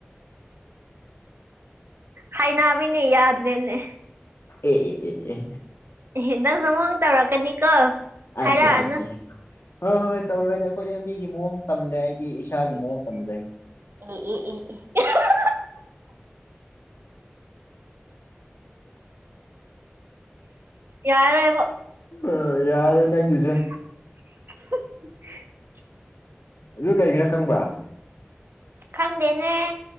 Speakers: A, on the right (about 65°); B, on the left (about 80°).
A: ꯍꯥꯏꯅꯥꯕꯤꯅꯦ ꯌꯥꯗ꯭ꯔꯦꯅꯦ꯫
B: ꯑꯦ ꯑꯦ ꯑꯦ ꯑꯦ
A: ꯑꯦ ꯅꯪꯁꯨ ꯑꯃꯨꯛ ꯇꯧꯔꯛꯀꯅꯤꯀꯣ꯫
B: ꯑꯠꯆꯥ
A: ꯍꯥꯏꯔꯛꯑꯅꯨ
B: ꯑꯠꯆꯥ ꯍꯣꯏ ꯍꯣꯏ ꯇꯧꯔꯣꯏꯗ ꯑꯩꯈꯣꯏꯗꯤ ꯃꯤꯒꯤ ꯃꯑꯣꯡ ꯇꯝꯗꯦ ꯑꯩꯗꯤ ꯏꯁꯥꯒꯤ
A: ꯎ ꯎ
B: ꯃꯑꯣꯡ
A: ꯎꯝ
B: ꯇꯝꯖꯩ
A: ꯎꯝ ꯎꯝ ꯎ <unintelligible> ꯌꯥꯔꯣꯏꯕꯣ꯫
B: ꯑ ꯌꯥꯔꯣꯏ ꯅꯪꯒꯤꯁꯦ꯫
A: <unintelligible>
B: ꯑꯗꯨ ꯀꯩꯒꯤꯔꯥ ꯈꯪꯕ꯭ꯔꯥ?
A: ꯈꯪꯗꯦꯅꯦ꯫